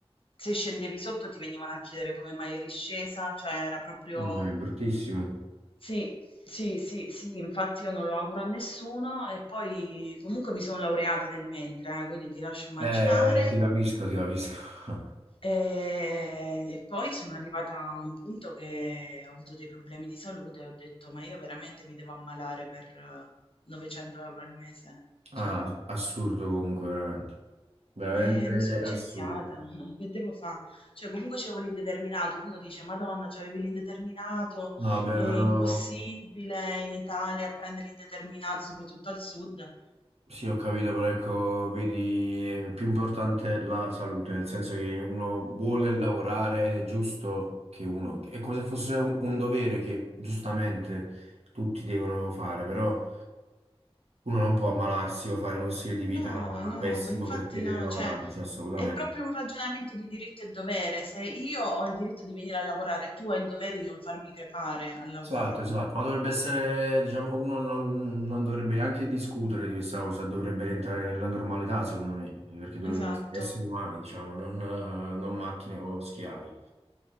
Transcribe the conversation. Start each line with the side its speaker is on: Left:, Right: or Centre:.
Left: Se scendevi sotto ti venivano a chiedere come mai eri scesa, cioè era proprio...
Right: mamma mia, è bruttissimo.
Left: Sì, sì, sì, sì, infatti io non lo auguro a nessuno e poi comunque mi sono laureata nel mentre, eh, quindi ti lascio immaginare.
Right: Eh, ti capisco, ti capisco. <laughs>
Left: Ehm, e poi sono arrivata a un punto che ho avuto dei problemi di salute e ho detto: "Ma io veramente mi devo ammalare per 900 € al mese?
Right: Ah,
Left: Cioè"
Right: assurdo comunque, veramente. Veramente
Left: e mi sono licenziata,
Right: assurdo.
Left: <laughs> che devo fa? Cioè comunque c'avevo l'indeterminato, uno dice: "Madonna, c'avevi l'indeterminato,
Right: No, vabbè,
Left: è
Right: però
Left: impossibile in Italia a prendere l'indeterminato, soprattutto al sud".
Right: Sì, ho capito, però ecco, vedi, è più importante la salute, nel senso che uno vuole lavorare ed è giusto che uno, è come se fosse un, un dovere che giustamente tutti devono fare, però uno non può ammalarsi o fare uno stile di vita
Left: No, no,
Right: pessimo
Left: ma infatti
Right: perché deve
Left: no,
Right: lavorare,
Left: cioè
Right: cioè assolutamente.
Left: è proprio un ragionamento di diritto e dovere. Se io ho il diritto di venire a lavorare, tu hai il dovere di non farmi crepare al lavoro.
Right: Esatto, esatto, ma dovrebbe essere, diciamo, uno non, non dovrebbe neanche discutere di questa cosa, dovrebbe rientrare nella normalità, secondo me, perché dovremmo
Left: Esatto.
Right: essere esseri umani, diciamo, non, eh, non macchine o schiavi.